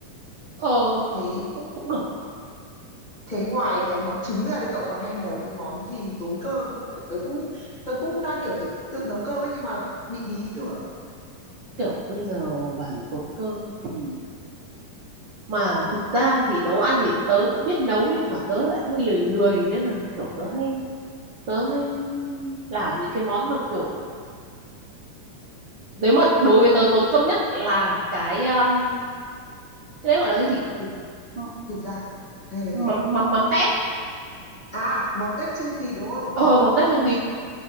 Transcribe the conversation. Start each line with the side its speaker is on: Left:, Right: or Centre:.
Right: ờ
Left: thế
Right: cũng cũng được
Left: thế ngoài cái món trứng ra thì cậu còn hay nấu cái món gì tốn cơm ấy? kiểu tớ cũng tớ cũng đang kiểu phải tự nấu cơm ấy nhưng mà bị bí ý tưởng ấy
Right: kiểu bây giờ vào để tốn cơm thì mà thực ra thì nấu ăn thì tớ cũng biết nấu nhưng mà tớ lại hay lười lười nên là kiểu tớ hay tớ hay làm những cái món mà kiểu nếu mà đối với tớ tốn công nhất là cái um, cái đấy gọi là cái gì nhỉ
Left: thịt,
Right: M-
Left: thịt rang à hay là gì
Right: mắm mắm mắm tép
Left: à mắm tép chưng thịt đúng không
Right: ờ mắm tép chưng thịt